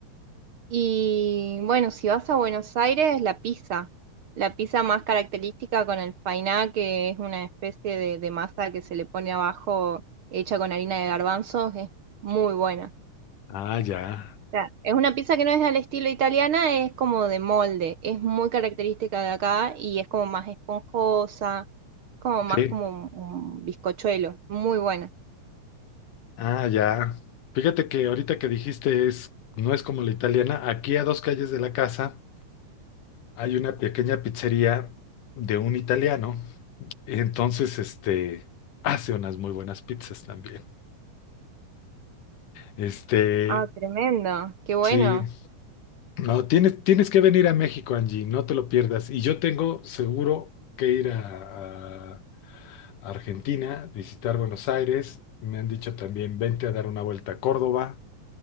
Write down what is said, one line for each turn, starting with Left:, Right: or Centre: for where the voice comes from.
Right: Y bueno, si vas a Buenos Aires, la pizza. La pizza más característica con el fainá, que es una especie de, de masa que se le pone abajo hecha con harina de garbanzos, es muy buena.
Left: Ah, ya.
Right: sea, es una pizza que no es al estilo italiana, es como de molde, es muy característica de acá y es como más esponjosa, como más
Left: Sí.
Right: como un, un bizcochuelo, muy buena.
Left: Ah, ya. Fíjate que ahorita que dijiste es, no es como la italiana. Aquí a dos calles de la casa hay una pequeña pizzería de un italiano. Entonces, este, hace unas muy buenas pizzas también. Este,
Right: Ah, tremendo, qué bueno.
Left: Sí, no, tienes, tienes que venir a México, Angie, no te lo pierdas. Y yo tengo seguro que ir a, a a Argentina, visitar Buenos Aires. Me han dicho también, vente a dar una vuelta a Córdoba.